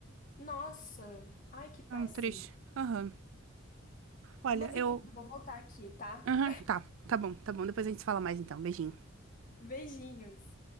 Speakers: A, on the left; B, on the right.
A: Nossa, ai que péssimo.
B: é um triste. Aham. Olha,
A: Mas
B: eu.
A: enfim, vou voltar aqui, tá?
B: Aham, tá, tá bom, tá bom. Depois a gente se fala mais então. Beijinho.
A: <laughs> Beijinhos.